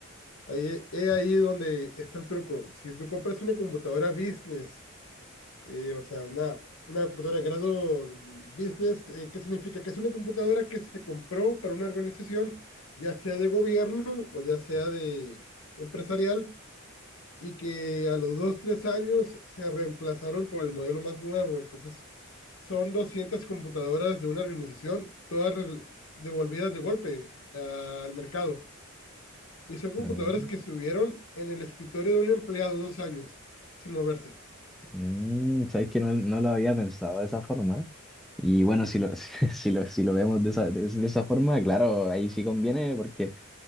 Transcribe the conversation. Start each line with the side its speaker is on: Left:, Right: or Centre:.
Left: Ahí, es ahí donde está el truco. Si tú compras una computadora business, eh, o sea, una, una computadora de grado business, eh, ¿qué significa? Que es una computadora que se compró para una organización, ya sea de gobierno o ya sea de empresarial, y que a los dos, tres años se reemplazaron por el modelo más nuevo. Entonces, son 200 computadoras de una organización, todas devolvidas de golpe al mercado. Y son computadoras
Centre: Ah,
Left: que estuvieron en el escritorio de un empleado dos años sin moverse.
Centre: mm, sabes que no, no lo había pensado de esa forma. Y bueno, si lo, <laughs> si lo, si lo vemos de esa, de de esa forma, claro, ahí sí conviene porque...